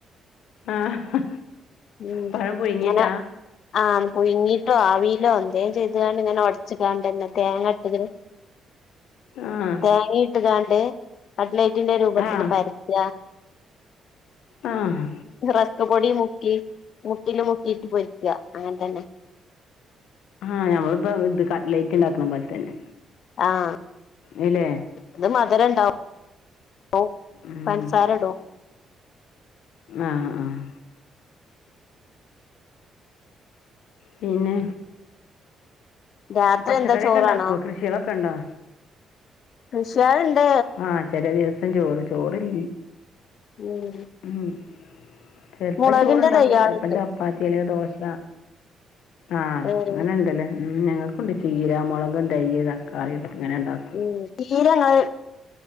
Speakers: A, on the left; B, on the left.
A: ആഹ്
B: ഉം
A: പഴം പുഴുങ്ങിട്ടാ
B: ഇങ്ങനെ ആ പുയിങ്ങിട്ടോ ആവിയിലോ എന്തേം ചെയ്ത്ക്കാണ്ട് ഇങ്ങനെ ഒട് ച്ച്കാണ്ടന്നേ തേങ്ങ ഇട്ട് ഇങ്ങനെ
A: താഹ്
B: തേങ്ങിട്ട്ക്കാണ്ട് കട്ലൈറ്റിന്റെ രൂപത്തില്
A: ആഹ്
B: പരത്ത.
A: ആഹ്
B: റസ്ക്ക് പൊടി മുക്കി മുട്ടില് മുക്കിയിട്ട് പൊരിക്ക അങ്ങൻതന്നെ.
A: ആ ഞമ്മള്പ്പം ഇത് കട്ലൈറ്റ് ഇണ്ടാക്ക്ണ പോൽ തന്നെ.
B: ആഹ്
A: ണ്ലേ
B: ഇത് മധുരണ്ടാവും ഒ
A: ഉം
B: പൻസാര ഇടും.
A: ആഹ് ആഹ് പിന്നെ
B: രാത്രി
A: പച്ചക്കറിക്കെ
B: എന്താ ചോറാണോ
A: ഇണ്ടാക്കോ കൃഷികളൊക്കെ ഇണ്ടോ?
B: കൃഷിയാൾണ്ട്
A: ആ ചെല ദിവസം ചോറ് ചോറൽ
B: ഉം
A: ഉം ചെൽപ്പം
B: മുളകിന്റെ
A: ചോറ് ണ്ടാക്കും
B: തയ്യാളുണ്ട്
A: ചെലപ്പം ച പ്പാത്തി അല്ലെങ്കി ദോശ ആ
B: ഏഹ്
A: അങ്ങനെ ഇണ്ടല്ലേ. ഉം ഞങ്ങക്കുണ്ട് ചീരാമൊളക് തൈയ്യ് തക്കാളി ഇങ്ങനെ ഇണ്ടാക്കും.
B: <unintelligible> ചീരങ്ങള്